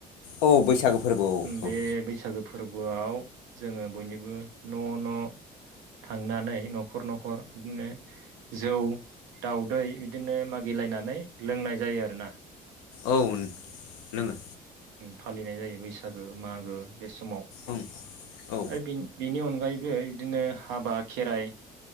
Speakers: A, on the left (about 75°); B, on the right (about 75°).
A: औ बैसागो फोरबोआव
B: बेे
A: ओं
B: बैसागु फोरबोआव जोङो बयनिबो न' न' थांनानै न'खर न'खर बिदिनो जौ दाउदै बि बिदिनो मागिलायनानै लोंनाय जायो आरो ना
A: औ लोङो
B: फालिनाय जायो बैसागो मागो बे समाव
A: ओं औ
B: आरो बेनि बेनि अनगा अनगायैबो बिदिनो हाबा खेराइ